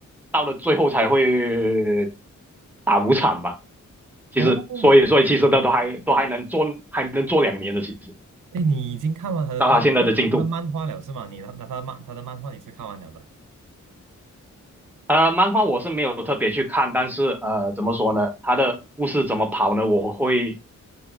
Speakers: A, in the centre; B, on the right.
A: 到了最后才会打五场吧。其实，
B: 哦，
A: 所以所以其实他都还都还能做还能做两年的，其实
B: 哎，你已经看完他的动，
A: 到他现在的进度。
B: 他的漫画了是吗？你那那他的漫他的漫画你是看完了的，
A: 呃，漫画我是没有特别去看，但是呃，怎么说呢？它的故事怎么跑呢？我会